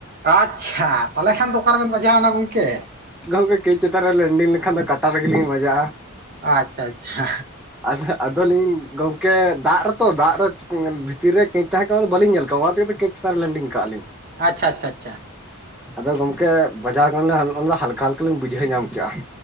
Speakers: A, on the right (about 40°); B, in the centre.
A: ᱟᱪᱷᱟ ᱛᱟᱦᱚᱞᱮ ᱠᱷᱟᱱ ᱫᱚ ᱚᱠᱟᱨᱮᱵᱮᱱ ᱵᱟᱡᱷᱟ ᱮᱱᱟ ᱜᱚᱢᱠᱮ᱾
B: ᱜᱚᱢᱠᱮ ᱠᱟᱹᱡ ᱪᱮᱛᱟᱱ ᱨᱮ ᱞᱮᱱᱰᱤᱝ ᱞᱮᱠᱷᱟᱱ ᱫᱚ ᱠᱟᱴᱟ ᱨᱮᱜᱮᱤᱧ ᱵᱟᱡᱟᱜᱼᱟ᱾
A: ᱟᱪᱪᱷᱟ ᱟᱪᱪᱷᱟ
B: ᱟᱫᱚ ᱟᱫᱚᱞᱤᱧ ᱫᱟᱜ ᱨᱮᱛᱚ ᱫᱟᱜ ᱨᱮ, ᱵᱷᱤᱛᱤᱨ ᱨᱮ ᱠᱮᱪ ᱛᱟᱦᱮᱸ ᱠᱟᱱᱟ ᱵᱟᱹᱞᱤᱧ ᱧᱮᱞ ᱠᱟᱜᱣᱟ ᱚᱱᱟ ᱛᱮᱜᱮ ᱛᱚ ᱠᱮᱪ ᱪᱮᱛᱟᱱ ᱨᱮ ᱞᱮᱱᱰᱤᱝ ᱠᱟᱜ ᱞᱤᱧ᱾
A: ᱟᱪᱪᱷᱟ ᱟᱪᱪᱷᱟ ᱟᱪᱪᱷᱟ
B: ᱟᱫᱚ ᱜᱚᱢᱠᱮ ᱵᱟᱡᱟᱣ ᱠᱟᱱ ᱞᱤᱧ ᱚᱱᱟ ᱫᱚ ᱦᱟᱞᱠᱟ ᱦᱟᱞᱠᱟ ᱞᱤᱧ ᱵᱩᱡᱷᱟᱹᱣ ᱧᱟᱢ ᱠᱮᱜᱼᱟ᱾